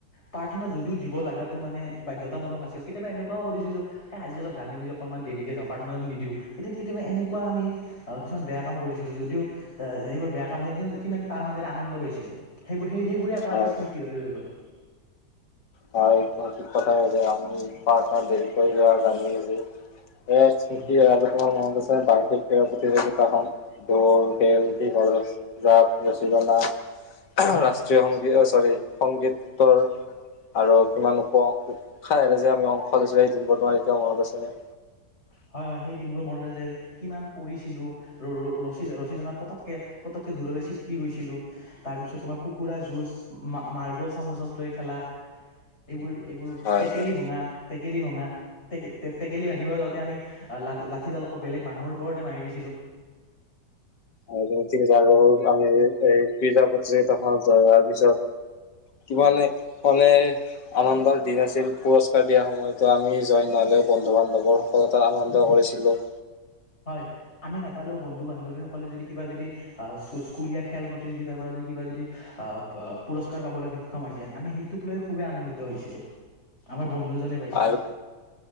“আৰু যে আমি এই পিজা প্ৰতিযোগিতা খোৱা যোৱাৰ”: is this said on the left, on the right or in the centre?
Left